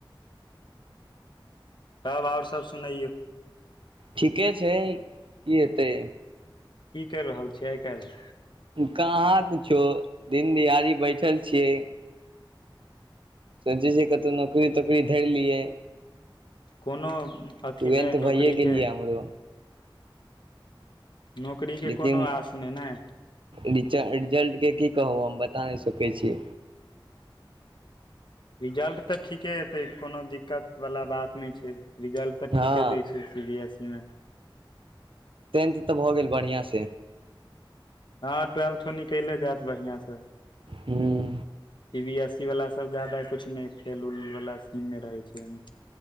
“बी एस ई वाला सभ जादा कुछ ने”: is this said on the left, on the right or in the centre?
Left